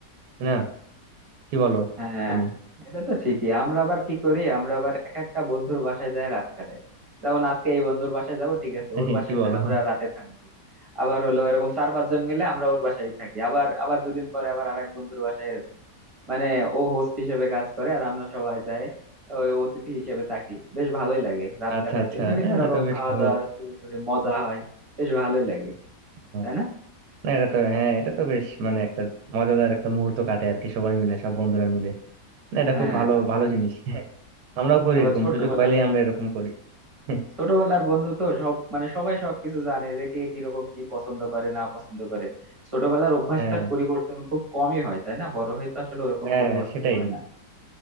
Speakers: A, on the right (about 75°); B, on the right (about 25°).
A: না কি বলো
B: হ্যাঁ
A: তুমি
B: এটা তো ঠিকই আমরা আবার কি করি আমরা আবার এক একটা বন্ধুর বাসায় যায় রাত কাটাই যেমন আজকে এই বন্ধুর বাসায় যাব ঠিক
A: <laughs>
B: আছে ওর বাসায়
A: কি
B: যায়
A: বলো
B: আমরা রাতে থাকবো আবার হলো এরকম চার পাঁচ জন মিলে আমরা ওর বাসায় থাকি আবার আবার দুদিন পরে আবার আরেক বন্ধুর বাসায় এরকম মানে ও হোস্ট হিসেবে কাজ করে আর আমরা সবাই যাই ওই অতিথি হিসেবে থাকি বেশ ভালোই লাগে রাত
A: আচ্ছা
B: কাটাইতে
A: আচ্ছা
B: বিভিন্ন
A: হ্যাঁ, এটা
B: রকম
A: তো বেশ
B: খাওয়া
A: ভালো
B: দাওয়া শুরু করে মজা হয় বেশ ভালোই লাগে
A: হ্যাঁ,
B: তাই না
A: না এটা তো হ্যাঁ এটা তো বেশ মানে একটা মজাদার একটা মুহূর্ত কাটে আর কি সবাই মিলে সব বন্ধুরা মিলে না এটা
B: হ্যাঁ
A: খুব ভালো ভালো জিনিস <laughs> হ্যাঁ, আমরাও করি
B: আবার
A: এরকম
B: ছোটবেলায়
A: সুযোগ পাইলে আমরা এরকম করি <laughs>
B: ছোটবেলার বন্ধু তো সব মানে সবাই সবকিছু জানে যে কে কিরকম কি পছন্দ করে না পছন্দ করে ছোটবেলার অভ্যাসটার
A: হ্যাঁ
B: পরিবর্তন খুব কমই হয় তাই না বড় হয়ে তো আসলে ওরকম
A: হ্যাঁ
B: পরিবর্তন
A: সেটাই
B: হয় না